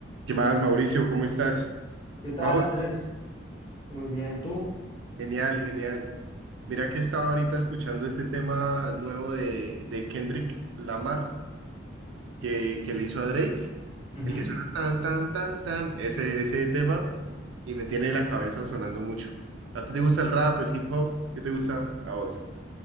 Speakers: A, on the right; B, on the left.
A: ¿Qué más, Mauricio? ¿Cómo estás?
B: ¿Qué tal,
A: Mauro,
B: Andrés? Muy bien, ¿tú?
A: genial, genial. Mira que estaba ahorita escuchando este tema nuevo de, de Kendrick Lamar que, que le hizo a Drake,
B: Ujú.
A: el que suena tan, tan, tan, tan, ese, ese tema, y me tiene la cabeza sonando mucho. ¿A ti te gusta el rap, el hip hop? ¿Qué te gusta a vos?